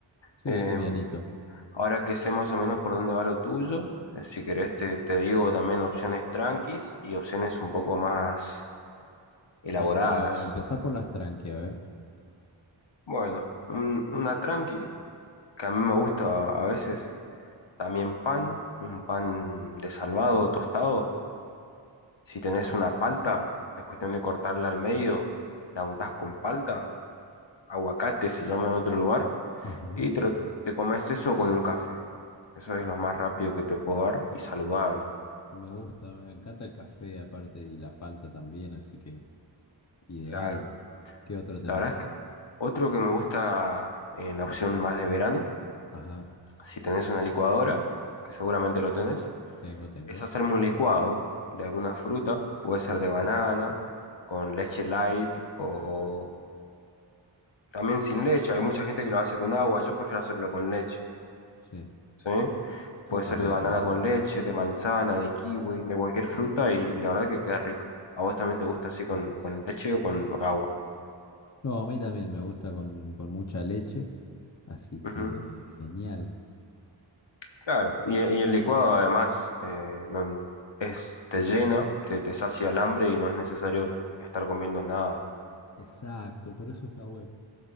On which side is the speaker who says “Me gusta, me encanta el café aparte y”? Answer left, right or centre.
Left